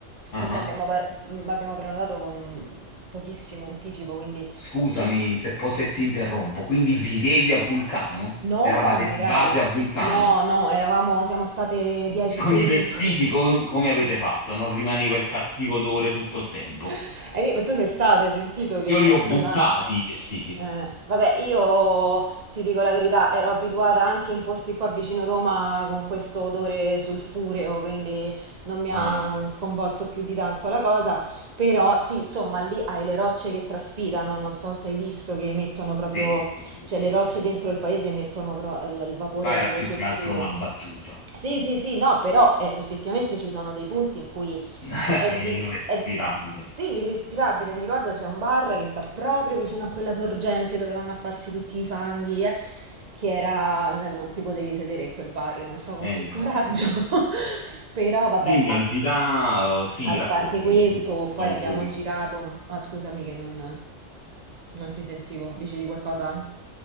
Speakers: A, on the left; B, on the right.
A: Ah,
B: perché abbiamo, par- mh, abbiamo prenotato con pochissimo anticipo, quindi...
A: Scusami
B: ci-
A: se, po- se ti interrompo. Quindi vivevi a Vulcano?
B: No,
A: Eravate
B: magari.
A: di base a Vulcano?
B: No, no, eravamo, siamo state 10-15
A: Con i vestiti
B: giorni.
A: com- come avete fatto? Non rimaneva il cattivo odore tutto il tempo?
B: <laughs> Hai vi- ma tu sei stato, hai sentito che
A: Io
B: c'è
A: li ho buttati
B: quella...
A: i vestiti.
B: Eh, vabbè, io ti dico la verità, ero abituata anche in posti qua vicino Roma con questo odore sulfureo, quindi non mi
A: Ah,
B: ha
A: ok.
B: sconvolto più di tanto la cosa, però sì, insomma, lì hai le rocce che traspirano, non so se hai visto che mettono proprio,
A: Sì, sì, sì,
B: cioè
A: sì,
B: le rocce
A: sì.
B: dentro il paese mettono pro- il il vapore,
A: Ma era
B: quello
A: più
B: sulfureo.
A: che altro una battuta.
B: Sì, sì, sì, no, però eh, effettivamente ci sono dei punti in cui
A: <laughs>
B: è di...
A: È irrespirabile.
B: è- Sì, irrispirabile, mi ricordo c'è un bar che sta proprio vicino a quella sorgente dove vanno a farsi tutti i fanghi, eh, che era... eh, non ti potevi sedere in quel bar, non so con
A: Eh, infatti.
B: che coraggio, <laughs> però vabbè,
A: Quindi
B: a,
A: al di là, eh, sì,
B: a parte
A: raccontami,
B: questo,
A: su, sono
B: poi abbiamo
A: curioso.
B: girato... Ah, scusami che non, non ti sentivo, dicevi qualcosa?